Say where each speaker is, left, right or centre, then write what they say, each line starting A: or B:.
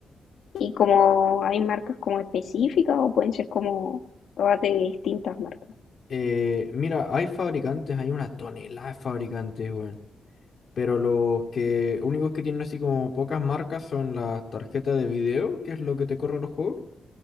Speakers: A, on the left; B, on the left.
A: ¿Y como hay marcas como específicas o pueden ser como todas de distintas marcas?
B: Eh, mira, hay fabricantes, hay una tonelada de fabricantes, weón. Pero los que únicos que tienen así como pocas marcas son las tarjetas de video, que es lo que te corre los juegos,